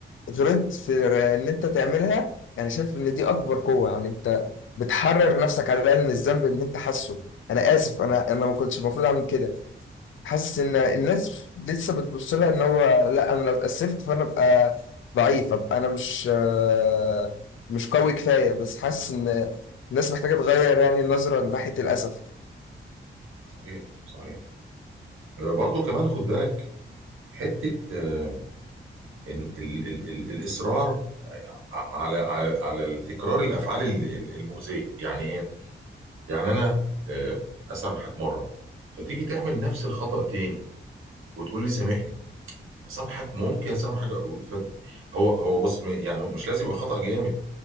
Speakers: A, on the left; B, on the right.
A: غلطت في ان انت تعملها يعني شايف ان دي اكبر قوة يعني انت بتحرر نفسك على الاقل من الذنب اللي انت حاسه انا اسف انا انا ما كنتش المفروض اعمل كده حاسس ان الناس لسه بتبص لها ان هو لا انا لو اتأسفت فانا ابقى ضعيف ابقى انا مش آه، مش قوي كفايه بس حاسس ان الناس محتاجه تغير يعني النظره ناحيه الاسف
B: صحيح صحيح آه، برضو كمان خد بالك حته آه، إن ال ال ال الاصرار ع- على على على تكرار الافعال ال- ال- المؤذيه يعني ايه يعني انا آه، اسامحك مره فتيجي تعمل نفس الخطأ تاني وتقول لي سامحني سامحك ممكن سامحك عقود فت... هو هو بص م- يعني مش لازم يبقى خطأ جامد